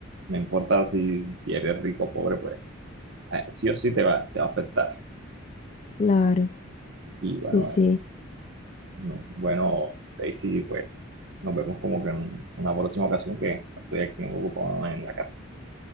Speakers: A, on the right (about 60°); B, on the left (about 35°).
A: no importa si, si eres rico o pobre, pues eh, sí o sí te va, te va a afectar.
B: Claro,
A: Y bueno,
B: sí, sí.
A: eh, no- bueno, Daisy, pues nos vemos como que en una próxima ocasión que estoy aquí ocupado en la casa.